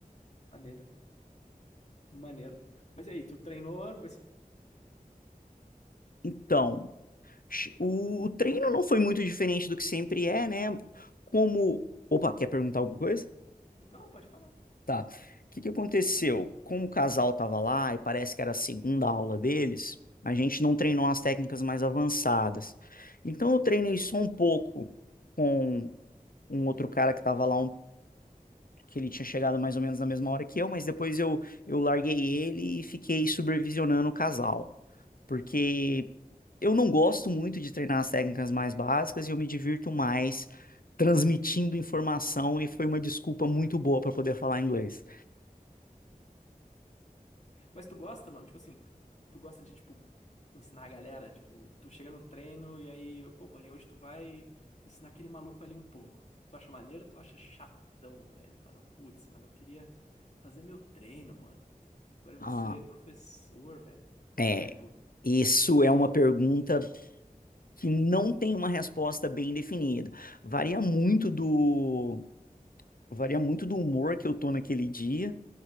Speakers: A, on the left (about 50°); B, on the left (about 70°).
A: maneiro. Maneiro. Mas e aí, tu treinou com esse.
B: Então, O treino não foi muito diferente do que sempre é, né? Como. Opa, quer perguntar alguma coisa?
A: Não, pode falar.
B: Tá. O que que aconteceu? Como o casal tava lá e parece que era a segunda aula deles, a gente não treinou as técnicas mais avançadas. Então eu treinei só um pouco com um outro cara que tava lá, um- que ele tinha chegado mais ou menos na mesma hora que eu, mas depois eu, eu larguei ele e fiquei supervisionando o casal porque eu não gosto muito de treinar as técnicas mais básicas e eu me divirto mais transmitindo informação e foi uma desculpa muito boa para poder falar inglês.
A: Mas tu gosta, mano? Tipo assim, tu gosta de, tipo, ensinar a galera? Tipo, tu chega num treino e aí, pô, Paulinho, hoje tu vai ensinar aquele maluco ali um pouco. Tu acha maneiro ou tu acha chatão, velho? Fala, putz, mano, eu queria fazer meu treino, mano. Agora eu
B: Ah,
A: vou ser professor, velho.
B: é.
A: Vai de boa.
B: Isso é uma pergunta que não tem uma resposta bem definida. Varia muito do varia muito do humor que eu tô naquele dia